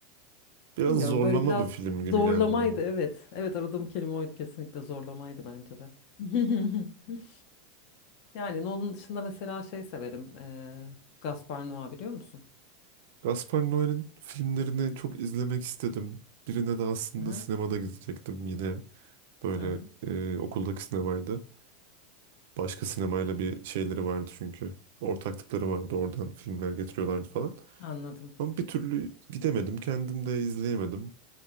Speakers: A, on the right; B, on the left.
A: Biraz
B: bilmiyorum
A: zorlama
B: böyle biraz
A: bir film
B: zorlamaydı
A: gibi geldi bana.
B: evet. Evet aradığım kelime oydu kesinlikle zorlamaydı bence de. <laughs> Yani Nolan dışında mesela şey severim. eee Gaspar Noé biliyor musun?
A: Gaspar Noé'nin filmlerini çok izlemek istedim. Birine de aslında
B: Hı hı.
A: sinemada gidecektim yine böyle
B: hı hı.
A: e, okuldaki sinemaydı. Başka sinemayla bir şeyleri vardı çünkü. Ortaklıkları vardı. Oradan filmler getiriyorlardı falan.
B: Anladım.
A: Ama bir türlü gidemedim. Kendim de izleyemedim.